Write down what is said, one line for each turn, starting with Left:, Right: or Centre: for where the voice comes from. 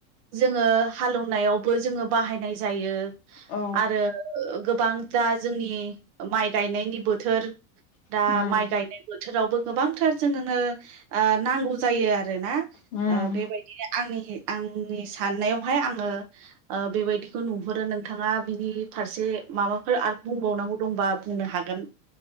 Right: जोङो हालौनायाव बो जोङो बाहायनाय जायो।
Left: औ
Right: आरो ओ गोबां दा जोंनि माइ गायनायनि बोथोर
Left: उम
Right: दा माइ गायनाय बोथोरावबो गोबांथार जोंनो नांगौ जायो आरोना।
Left: उम
Right: ओ बेबायदिनो आंनि आंनि साननायावहाय आङो बेबायदिखौ नुहुरो नोंथाङा बिनि फारसे माबाफोर आरो बुंबावनांगौ दंबा बुंनो हागोन।